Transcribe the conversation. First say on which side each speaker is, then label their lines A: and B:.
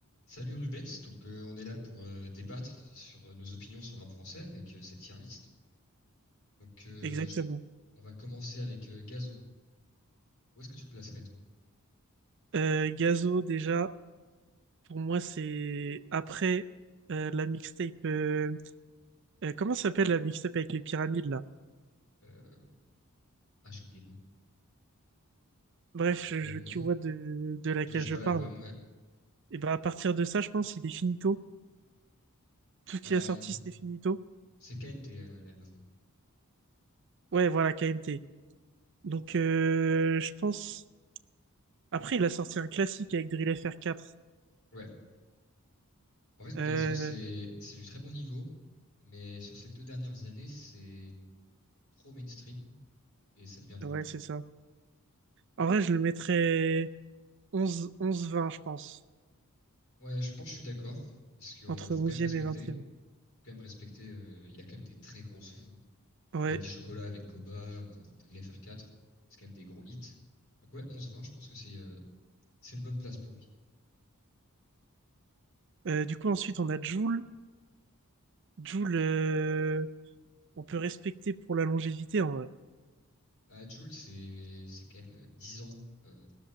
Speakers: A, on the left; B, on the right.
A: Salut Rubens, donc euh, on est là pour euh, débattre sur euh, nos opinions sur le rap français avec euh, cette tier list. Donc euh,
B: Exactement.
A: je- on va commencer avec euh, Gazo. Où est-ce que tu le placerais toi?
B: Euh, Gazo, déjà, pour moi, c'est après euh, la mixtape. euh, euh, comment ça s'appelle la mixtape avec les pyramides là?
A: Euh, ah j'ai oublié le nom.
B: Bref,
A: J'ai oublié
B: je, je-
A: le nom.
B: tu vois de, de laquelle
A: Oui je
B: je
A: vois
B: parle.
A: l'album, ouais.
B: Et ben à partir de ça, je pense, il est finito. Tout ce
A: Bah,
B: qu'il a sorti, c'était finito.
A: c'est KMT euh, l'album.
B: Ouais, voilà, KMT. Donc, euh, je pense. Après, il a sorti un classique avec Drill FR4.
A: Ouais. En fait
B: Euh,
A: Gazo c'est c'est du très bon niveau, mais sur ces deux dernières années c'est trop mainstream et ça devient nul
B: ouais,
A: du
B: c'est
A: coup.
B: ça. En vrai, je le mettrais onze onze vingt je pense.
A: Ouais je pense que je suis d'accord parce qu'il
B: Entre
A: faut
B: onzième
A: quand même respecter,
B: et vingtième
A: faut quand même respecter. euh, il a quand même des très gros sons. hein.
B: Ouais.
A: Daddy Chocolat avec Koba, euh, Drill FR4, c'est quand même des gros hits. Donc ouais, 11-20, je pense que c'est euh, c'est une bonne place pour lui.
B: Euh, du coup, ensuite, on a Joule. Joule, euh, on peut respecter pour la longévité, en vrai.
A: À Jules, c'est c'est quand même euh, 10 ans, euh,